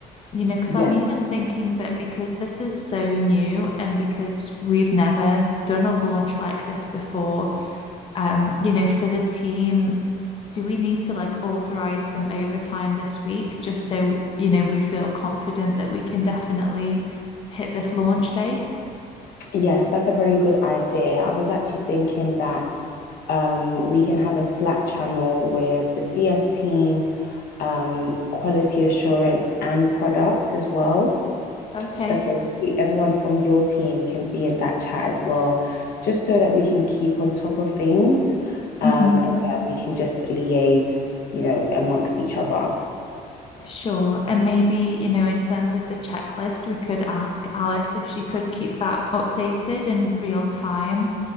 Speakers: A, on the left (about 35°); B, on the left (about 65°).
A: you know, because
B: Yes.
A: I'm even thinking that because this is so new and because we've never done a launch like this before, um, you know, for the team, do we need to like authorize some overtime this week just so, you know, we feel confident that we can definitely hit this launch date?
B: Yes, that's a very good idea. I was actually thinking that Um, we can have a Slack channel with the CS team, um, quality assurance, and product as well.
A: Okay.
B: So everyone from your team can be in that chat as well, just so that we can keep on top of things. Um,
A: hmm
B: and yeah, we can just liaise, you know, amongst each other.
A: Sure. And maybe, you know, in terms of the checklist, we could ask Alice if she could keep that updated in real time